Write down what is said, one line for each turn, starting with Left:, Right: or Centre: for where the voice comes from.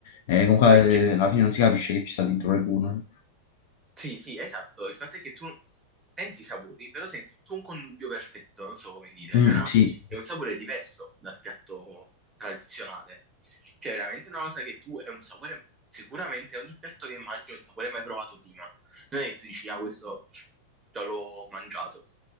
Left: Eh, comunque
Right: Poi cioè,
Left: eh, alla fine non si capisce che ci sta dentro le buone.
Right: Sì, sì, esatto. Il fatto è che tu senti i sapori, però senti tu un connubio perfetto, non so come dire.
Left: Mm,
Right: Cioè, no,
Left: sì.
Right: è un sapore diverso dal piatto tradizionale. Cioè, è veramente una cosa che tu è un sapore. Sicuramente ogni piatto che mangi è un sapore mai provato prima. Non è che tu dici, ah, questo già l'ho mangiato.